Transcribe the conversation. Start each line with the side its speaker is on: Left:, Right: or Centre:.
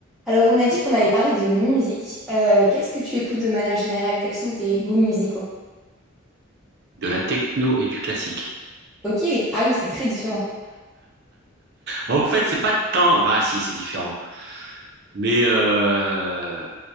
Centre: Alors, on a dit qu'on allait parler de musique. Euh, qu'est-ce que tu écoutes de manière générale? Quels sont tes goûts musicaux?
Right: de la techno et du classique.
Centre: Ok, ah oui, c'est très différent.
Right: En fait, c'est pas tant. Ah, si, c'est différent. Mais euh,